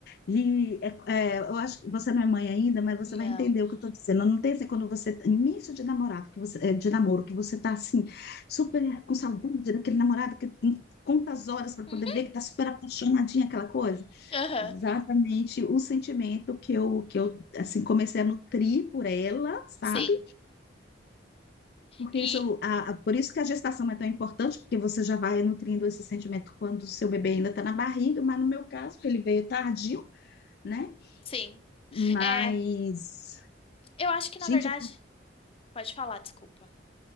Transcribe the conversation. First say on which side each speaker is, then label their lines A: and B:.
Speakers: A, on the left; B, on the left.
A: E é- é, eu acho que você não é mãe ainda, mas você
B: Não.
A: vai entender o que eu estou dizendo. Não tem assim quando você início de namorado, que você, é, de namoro, que você está assim super com saudade daquele namorado que tem quantas horas para
B: Uhum,
A: poder ver que está super apaixonadinha aquela coisa.
B: Aham,
A: Exatamente o sentimento que eu que eu assim comecei a nutrir por ela, sabe?
B: sim.
A: Porque
B: E,
A: isso, a, a- por isso que a gestação é tão importante, porque você já vai nutrindo esse sentimento quando o seu bebê ainda está na barriga, mas no meu caso, ele veio tardio né?
B: sim.
A: Mas,
B: É, eu acho que
A: gente,
B: na verdade.
A: eu...
B: Pode falar, desculpa.